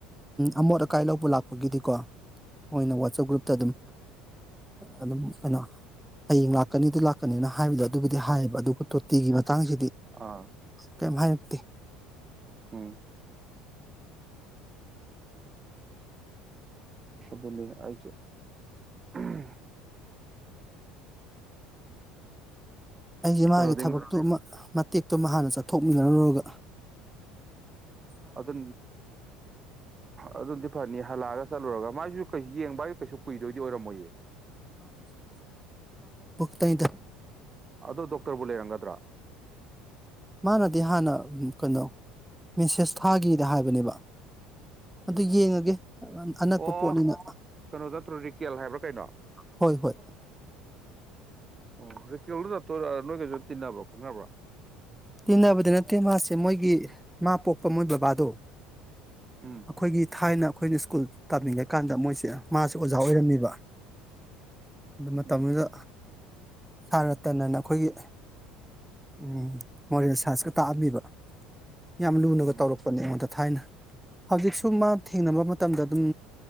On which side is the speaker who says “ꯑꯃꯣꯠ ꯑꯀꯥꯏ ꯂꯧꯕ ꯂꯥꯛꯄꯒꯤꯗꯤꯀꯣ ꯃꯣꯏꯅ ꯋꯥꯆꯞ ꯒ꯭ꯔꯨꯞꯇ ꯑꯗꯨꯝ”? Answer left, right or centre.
Centre